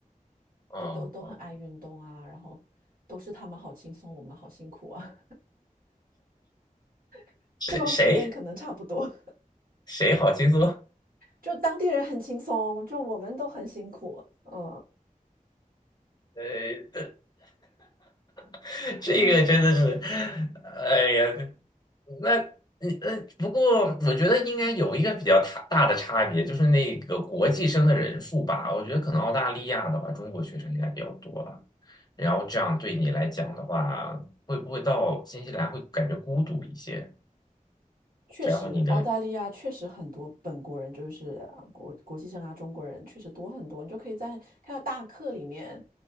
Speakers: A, on the left (about 30°); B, on the right (about 80°).
A: 哦，
B: 都都都很爱运动啊，
A: 哦
B: 然后都是他们好轻松，我们好辛苦啊，<laughs>
A: 谁谁
B: 这种体验可能差不多。
A: 谁好轻松？
B: 就当地人很轻松，就我们都很辛苦。嗯
A: 呃，<laughs> 这个真的是，
B: 嗯，
A: 哎呀，那呃，不过我觉得应该有一个比较大大的差别，就是那个国际生的人数吧。我觉得可能澳大利亚的话，中国学生应该比较多吧。然后这样对你来讲的话，会不会到新西兰会感觉孤独一些？
B: 确实，
A: 然后你的，
B: 澳大利亚确实很多本国人，就是呃国国际生啊，中国人确实多很多。你就可以在看到大课里面，